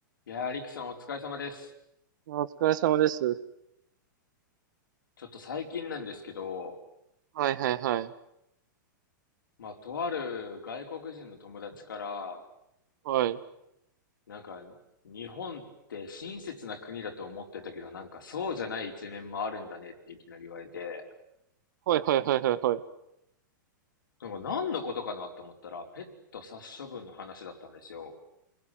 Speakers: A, on the left (about 80°); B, on the right (about 65°).
A: いやー、リキさんお疲れ様です。
B: あお疲れ様です。
A: ちょっと最近なんですけど、
B: はいはいはい。
A: まあ、とある外国人の友達から、
B: はい。
A: なんか、日本って親切な国だと思ってたけど、なんかそうじゃない一面もあるんだねっていきなり言われて、
B: はいはいはいはいはい。
A: なんか何のことかなと思ったら、ペット殺処分の話だったんですよ。